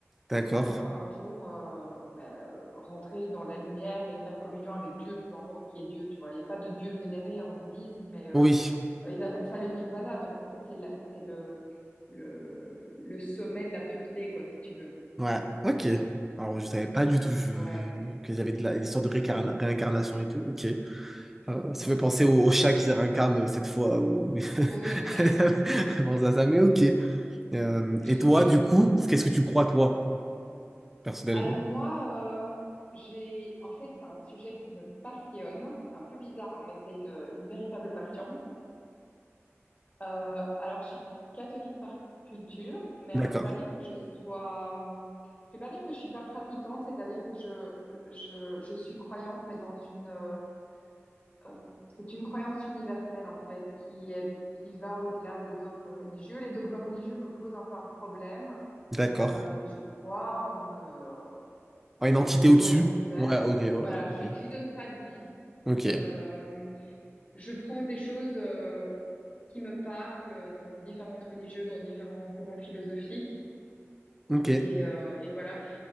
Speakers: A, in the centre; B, on the left (about 30°).
A: d'accord.
B: pour euh, un jour euh, ben, euh, rentrer dans la lumière et faire communion avec Dieu, peu importe qui est Dieu. Tu vois, il n'y a pas de Dieu vénéré en bouddhisme, mais euh,
A: Oui,
B: ils appellent ça le nirvana. Donc en fait, c'est la- c'est le, le, le sommet de la pureté, quoi, si tu veux.
A: ouais, ok. Alors je savais pas
B: Et,
A: du tout je...
B: euh, ouais.
A: qu'il y avait de la... l'histoire de récarna- réincarnation et tout. Ok. Euh, ça fait penser au, au chat qui se réincarne cette fois. ou
B: Oui.
A: <laughs> Bon, ça, ça, mais ok. Euh,
B: <laughs>
A: et toi,
B: Et,
A: du coup, qu'est-ce que tu crois, toi, personnellement?
B: Alors moi, euh, j'ai en fait c'est un sujet qui me passionne. C'est un peu bizarre, hein, mais c'est une, une véritable passion. Euh, alors je suis catholique par culture, mais
A: D'accord,
B: on peut pas dire que je sois. hum, Je vais pas dire que je suis pas pratiquante, c'est-à-dire que je je je suis croyante, mais dans une euh, euh, c'est une croyance universelle en fait qui est qui va au-delà des dogmes religieux. Les dogmes religieux me posent un peu un problème,
A: d'accord.
B: euh, mais je crois en une euh,
A: Ouais, une
B: en un
A: entité
B: dieu,
A: au-dessus?
B: en l'univers.
A: Ouais,
B: euh,
A: ok, ouais,
B: Voilà, j'y
A: ok.
B: j'y donne pas de nom.
A: Ok,
B: Euh, je prends des choses euh, qui me parlent dans différentes religieux, dans différents courants philosophiques.
A: ok,
B: Et, euh, et voilà.